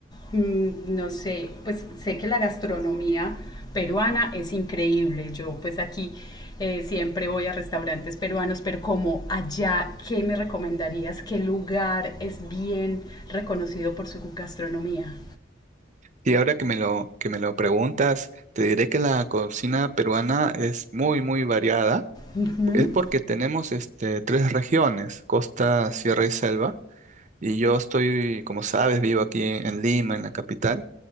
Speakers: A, on the left; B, on the right.
A: Mm, No sé, pues sé que la gastronomía peruana es increíble. Yo pues aquí eh, siempre voy a restaurantes peruanos, pero como allá, ¿qué me recomendarías? ¿Qué lugar es bien reconocido por su gastronomía?
B: Y ahora que me lo, que me lo preguntas, te diré que la cocina peruana es muy, muy variada.
A: Ujú,
B: Es porque tenemos este, tres regiones, costa, sierra y selva. Y yo estoy, como sabes, vivo aquí en, en Lima, en la capital.